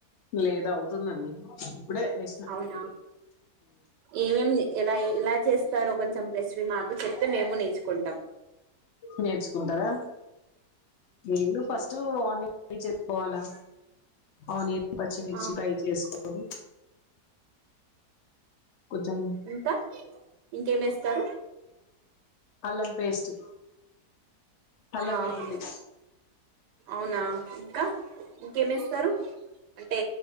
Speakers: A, on the left; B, on the right.
A: లేదు అవుతుందండి. ఇప్పుడే వేసిన
B: అవునా ఏమేంది ఇలా ఎలా చేస్తారో కొంచెం రెసిపీ మాకు చెప్తే మేము నేర్చుకుంటాం.
A: నేర్చుకుంటారా. <unintelligible> ఫస్ట్ ఆనియన్ రడీ చేసుకోవాలా ఆనియన్ పచ్చిమిర్చి
B: ఆ
A: ఫ్రై చేసుకోవాలి. కొంచెం
B: ఇంత ఇంకేం ఏస్తారు
A: అల్లం పేస్ట్ అల్లం
B: ఆ
A: వెల్లుల్లి
B: అవునా ఇంకా ఇంకేమేస్తారు అంటే